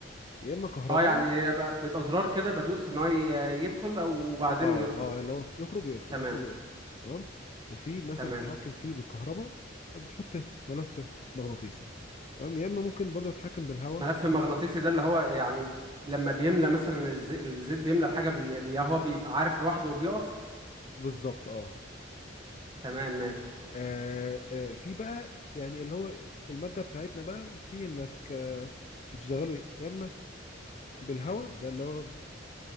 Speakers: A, on the left (about 35°); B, on the right (about 25°).
A: يا اما كهربائي
B: اه يعني ب- بيبقى زرار كده بدوس ان هو ي- يدخل او بعدين
A: اه
B: يخرج
A: اه اللي هو يخرج ويدخل
B: تمام
A: يخرج ويدخل تمام وفي مثلا
B: تمام
A: بيتحكم فيه بالكهرباء بتحط ملف مغناطيسي تمام يا اما ممكن برضه يتحكم بالهواء
B: ملف مغناطيسي ده اللي هو يعني لما بيملى مثلا الز- الزيت بيملى الحاجة بي بي- هو بيبقى عارف لوحده وبيقف
A: بالظبط اه
B: تمام ماشي
A: آه، آه، في بقى يعني اللي هو المادة بتاعتنا بقى في انك آه، بتشتغله يا اما بالهواء ده اللي هو